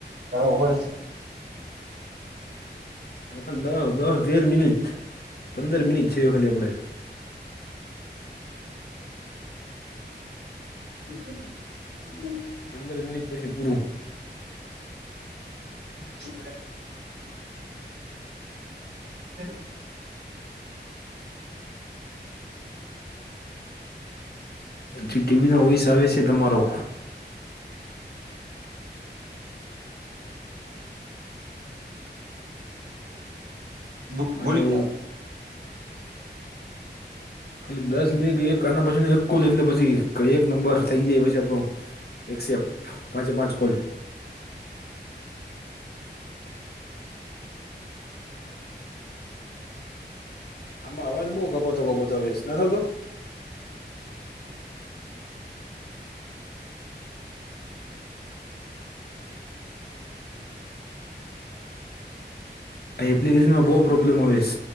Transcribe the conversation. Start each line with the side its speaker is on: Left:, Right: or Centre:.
Right: હા બોલે છે.
Left: લોકલ દહ દહ તેર મિનિટ પંદર મિનિટ છે ખાલી આપડે.
Right: <inaudible>
Left: પંદર મિનિટ પછી પુરુ.
Right: શું કેહ. <inaudible>
Left: જી ટી વી નો વઇસ આવે છે તમારો.
Right: ભૂ-ભૂલી
Left: હલો
Right: જાવે.
Left: ખાલી દસ મિનિટ એક આના પછી એક કોલ એટલે પછી એક નંબર થઈ જાય પછી આપડો એક્સેપ્ટ પાંચે એ પાંચ કોલ આમાં અવાજ બહુ કપાતો કપાતો આવે છે નથ આવતો? આ એપ્લિકેશનમાં બહુ પ્રોબ્લેમ આવે સ.